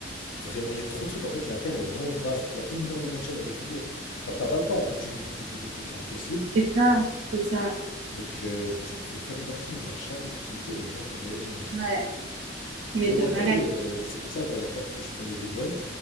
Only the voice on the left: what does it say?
Vraiment, il y a trop de trucs. En fait, la Terre, elle est vraiment vaste. Il y a énormément de choses à découvrir. Genre, t'as pas le temps en toute une vie, de toute façon, de tout découvrir, c'est impossible.
Donc, euh, c'est pour ça qu'il faut faire le maximum. Genre, chaque opportunité, elle est bien pour voyager, moi, je trouve.
Vraiment,
t'as vu, euh, genre c'est pour ça que la dernière fois je prenais des vols